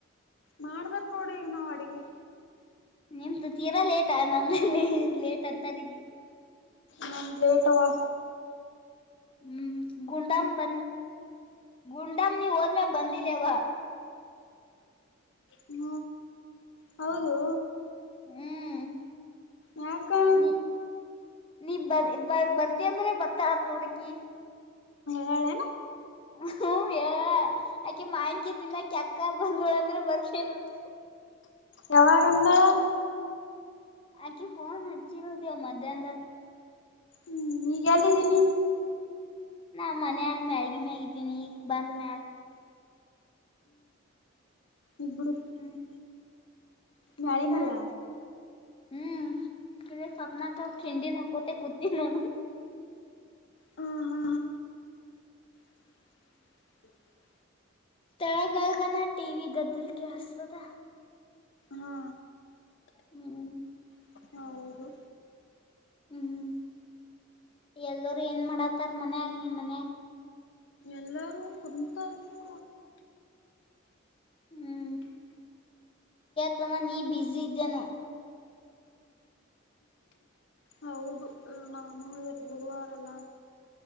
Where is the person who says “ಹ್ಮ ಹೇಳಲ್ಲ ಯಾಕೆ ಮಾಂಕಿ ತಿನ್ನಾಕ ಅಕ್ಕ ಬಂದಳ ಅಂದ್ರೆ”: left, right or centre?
Left